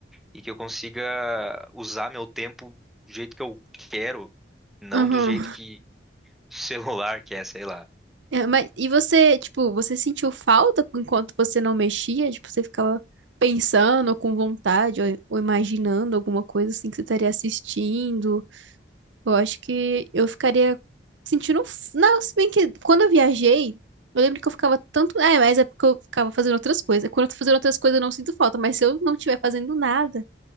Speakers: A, in the centre; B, on the right.
A: e que eu consiga usar meu tempo do jeito que eu quero, não
B: Aham.
A: do jeito que o celular <laughs> quer, sei lá.
B: É, mas e você, tipo, você sentiu falta enquanto você não mexia? Tipo, você ficava pensando com vontade ou, ou imaginando alguma coisa assim que você estaria assistindo? Eu acho que eu ficaria sentindo. um f- Não, se bem que quando eu viajei, eu lembro que eu ficava tanto. É, mas é porque eu ficava fazendo outras coisas. Quando eu tô fazendo outras coisas, eu não sinto falta, mas se eu não estiver fazendo nada,